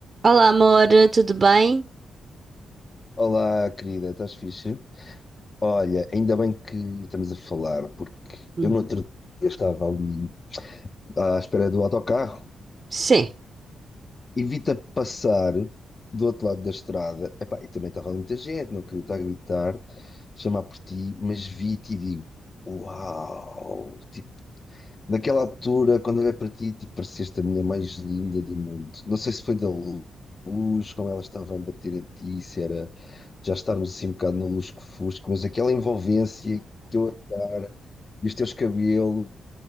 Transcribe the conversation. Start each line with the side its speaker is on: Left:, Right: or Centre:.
Right: Olá, amor, tudo bem?
Left: Olá, querida, estás fixe? Olha, ainda bem que estamos a falar, porque
Right: Hum,
Left: eu no outro dia estava ali à espera do autocarro,
Right: Sim.
Left: evita passar do outro lado da estrada. Epá, e também estava ali muita gente, não queria estar a gritar, chamar por ti, mas vi-te e digo: Uau! Tipo, Naquela altura, quando olhei para ti, tu pareceste a mulher mais linda do mundo. Não sei se foi da luz, como ela estava a bater em ti, se era já estarmos assim um bocado no lusco-fusco, mas aquela envolvência, o teu olhar e os teus cabelos